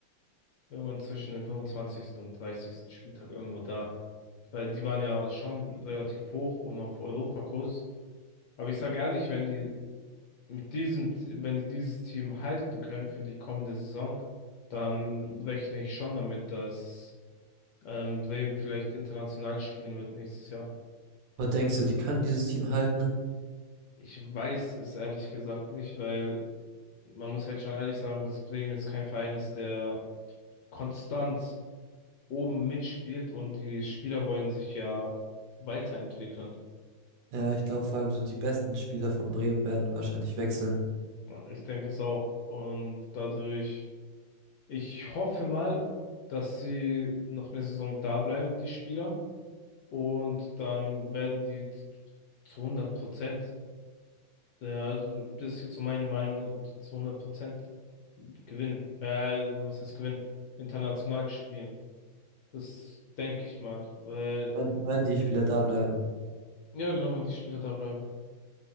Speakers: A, on the left (about 70°); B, on the right (about 70°).
A: Irgendwann zwischen dem fünfundzwanzigsten und dreißigsten Spieltag irgendwo da. Weil die waren ja schon relativ hoch und auf Europakurs. Aber ich sage ehrlich, wenn die mit diesem, wenn die dieses Team halten können für die kommende Saison, dann rechne ich schon damit, dass ähm, Bremen vielleicht international spielen wird nächstes Jahr.
B: Und denkst du, die können dieses Team halten?
A: Ich weiß es ehrlich gesagt nicht, weil man muss halt schon ehrlich sagen, dass Bremen jetzt kein Verein ist, der konstant oben mitspielt und die Spieler wollen sich ja weiterentwickeln.
B: Ja, ich glaube vor allem so die besten Spieler von Bremen werden wahrscheinlich wechseln.
A: Ich denke es auch. Und dadurch. Ich hoffe mal, dass sie noch eine Saison da bleiben, die Spieler. Und dann werden die z- zu hundert Prozent, ja, also das ist jetzt so meine Meinung, zu hundert Prozent gewinnen. Äh, was heißt gewinnen? International spielen. Das denke ich mal. Weil,
B: Wenn, wenn die Spieler da bleiben.
A: ja genau, wenn die Spieler da bleiben.